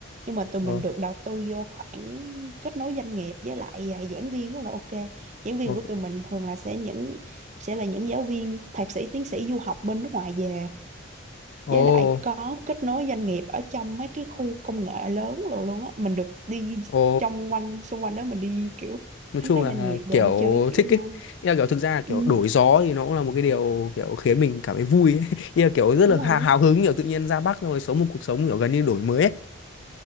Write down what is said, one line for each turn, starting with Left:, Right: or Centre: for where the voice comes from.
Right: nhưng mà tụi
Left: Ồ,
Right: mình được đầu tư vô khoảng kết nối doanh nghiệp với lại à, giảng viên rất là ok giảng viên
Left: ồ,
Right: của tụi mình thường là sẽ những sẽ là những giáo viên thạc sĩ tiến sĩ du học bên nước ngoài về
Left: ồ,
Right: với lại có kết nối doanh nghiệp ở trong mấy cái khu công nghệ lớn rồi luôn á mình được đi
Left: ồ.
Right: trong quanh xung quanh đó mình đi kiểu
Left: nói
Right: khám
Left: chung
Right: phá
Left: là
Right: doanh nghiệp rồi
Left: kiểu
Right: đi chơi cái kiểu
Left: thích
Right: luôn
Left: ấy Ý là kiểu thực ra là kiểu
Right: ừ,
Left: đổi gió thì nó cũng là một cái điều kiểu khiến mình cảm thấy vui ấy. <laughs> Ý là kiểu rất
Right: đúng
Left: là hào,
Right: rồi đúng.
Left: hào hứng kiểu tự nhiên ra Bắc xong rồi sống một cuộc sống kiểu gần như đổi mới ấy.